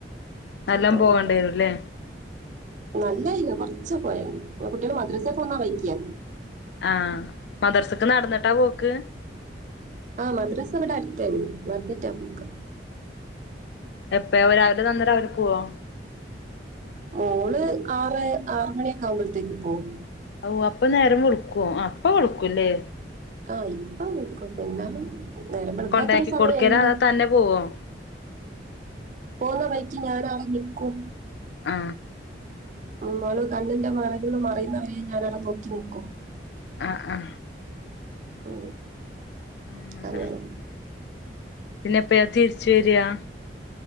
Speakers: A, on the left; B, on the right.
A: നല്ലോം
B: തുടക്ക
A: പോകേണ്ടി വരുംല്ലേ
B: നല്ലായില്ല കൊറച്ച് പോയ കുട്ടികള് മദ്രസേപോന്ന വയിക്കാ
A: ആ മദർസൊക്കെ നടന്നിട്ടാ പോക്ക്
B: ആ മദ്രാസ ഇവിടെ അടുത്തന്നെ വന്നിട്ടാ പോക്ക്
A: എപ്പ രാവിലെ വന്നാ രാവിലെ പോവോ
B: മോള് ആറെ ആറ് മണിയൊക്കെ ആവുമ്പോഴത്തേക്ക് പോകും.
A: ഓ അപ്പ നേരം വെളുക്കോ അപ്പൊ വെളുക്കൂല്ലേ
B: ആ ഇപ്പ വെളുക്കും, പിന്നെ നേരെ വെളുക്കാത്തൊരു
A: കൊണ്ടാക്കി
B: സമയെണ്ട്.
A: കൊടുക്കലാ അതോ തന്നെ പോവോ
B: പോണ വഴിക്കി ഞാനാ അവിടെ നിൽക്കും.
A: ആ
B: മമ്മള് കണ്ണിന്റെ മറെന്ന് മറയുന്നവരെ ഞാനവിടെ നോക്കി നിക്കും.
A: ആ ആ
B: ഉ
A: ആഹ്
B: അങ്ങനെ
A: പിന്നെ എപ്പഴാ തിരിച്ചു വരിയാ